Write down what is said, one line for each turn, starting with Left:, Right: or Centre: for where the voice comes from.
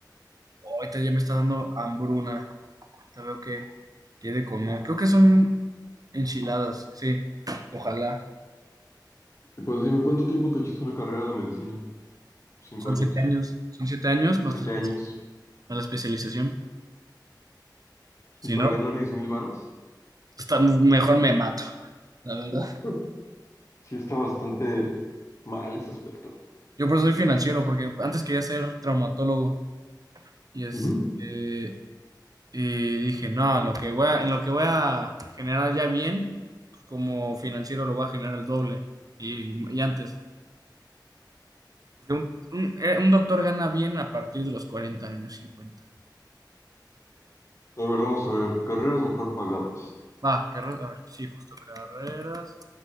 Right: Ahorita ya me está dando hambruna. Te veo que, que he de comer. Creo que son enchiladas, sí. Ojalá.
Left: Y pues dime, ¿cuánto tiempo te echas una carrera de medicina? ¿Cinco
Right: Son
Left: años?
Right: siete años, son siete años más
Left: ¿Siete
Right: tu especialización-
Left: años?
Right: más la especialización. Si
Left: ¿Y para
Right: no,
Left: ganar diez mil varos?
Right: está, mejor me mato, la verdad.
Left: <laughs> Sí, está bastante mal ese aspecto.
Right: Yo por eso soy financiero, porque antes quería ser traumatólogo y, este,
Left: Ujú.
Right: y dije, no, en lo que voy a, en lo que voy a generar ya bien, pues, como financiero lo voy a generar el doble y, y antes. Porque un, un- eh, un doctor gana bien a partir de los cuarenta años, cincuenta
Left: A ver, vamos a ver. Carreras mejor pagadas.
Right: Va, carreras, a ver, sí, justo carreras